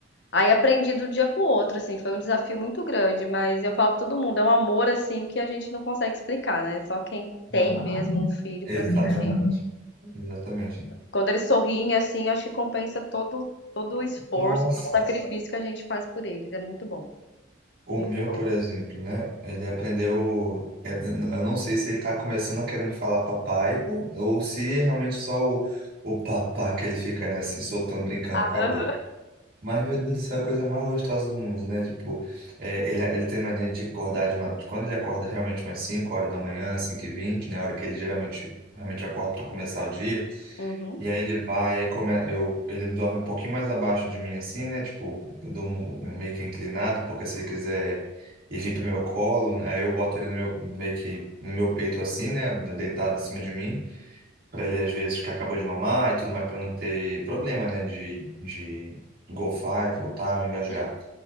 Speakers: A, on the left; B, on the right.
A: Aí aprendi do dia pro outro, assim, foi um desafio muito grande, mas eu falo pra todo mundo, é um amor assim que a gente não consegue explicar, né? Só quem tem
B: Ah,
A: mesmo um filho
B: exatamente.
A: pra sentir.
B: Exatamente.
A: Quando eles sorriem assim, acho que compensa todo todo o esforço,
B: Nossa.
A: todo o sacrifício que a gente faz por eles. É muito bom,
B: O
A: muito
B: meu,
A: bom.
B: por exemplo, né? Ele aprendeu. Eu eu não sei se ele tá começando a querendo falar papai ou, ou se é realmente só o, o papá que ele fica, né, assim, soltando, brincando
A: Ah,
B: com a boca. Mas, meu Deus do céu, é a coisa mais gostosa do mundo, né? Tipo, é, ele, ele tem mania de acordar de madrugada. Quando ele acorda realmente umas 5 horas da manhã, cinco e vinte, né? A hora que ele geralmente realmente acorda para começar o dia.
A: Uhum.
B: E aí ele vai, aí come... eu... ele dorme um pouquinho mais abaixo de mim, assim, né? Tipo, eu durmo meio que inclinado, porque se ele quiser ir vir pro meu colo, né, aí eu boto ele no meu... meio que no meu peito, assim, né? Deitado em cima de mim, para ele, às vezes, que acabou de mamar e tudo mais, para não ter problema, né? De, de golfar e voltar ou engasgar.
A: Sim,